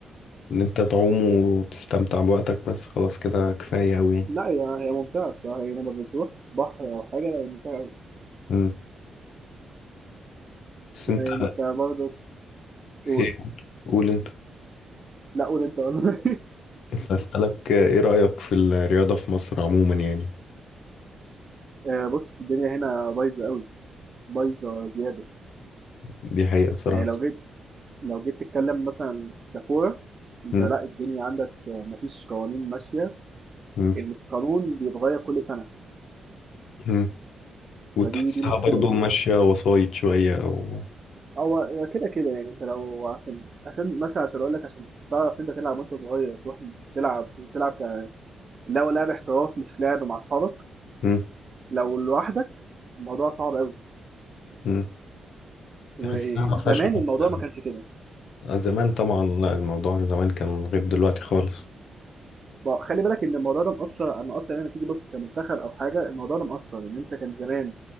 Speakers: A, on the left; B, on the right.
A: إن أنت تعوم وتستمتع بوقتك بس خلاص كده كفاية أوي يعني
B: لأ هي هي ممتعة الصراحة، هي لمّا بتروح بحر أو حاجة لأ هي ممتعة أوي،
A: مم. بس
B: يعني
A: أنت
B: أنت برضه قُل،
A: إيه؟ قول أنت
B: لأ قُل أنت والّا
A: كنت أسألك إيه رأيك في الرياضة في مصر عموما يعني
B: آآ <laughs> بُص الدنيا هنا بايظة أوي، بايظة زيادة،
A: دي حقيقة بصراحة
B: يعني لو جيت لو جيت تتكلم مثلًا ككورة، أنت
A: مم.
B: لأ الدنيا عندك ما فيش قوانين ماشية
A: مم.
B: القانون بيتغيّر كل سَنة،
A: مم. وتحسها
B: فدي دي مشكلة
A: برضو
B: يعني.
A: ماشية وسايط شوية أو
B: هو هي كده، كده يعني أنت لو عشان عشان مثلًا عشان أقول لك عشان تعرف أنت تلعب وأنت صغير تروح تلعب تلعب ك اللي هو لعب احتراف مش لعب مع أصحابك،
A: مم.
B: لو لوحدك الموضوع صعب أوي،
A: مم.
B: وزمان
A: تحسها ما فيهاش حاجة.
B: الموضوع ما كانش كده.
A: زمان طبعا لا الموضوع زمان كان غير دلوقتي خالص
B: ما خلّي بالك إن الموضوع ده مأثّر مأثّر يعني لمّا تيجي تبُص كمنتخب أو حاجة، الموضوع ده مأثّر، إن أنت كان زمان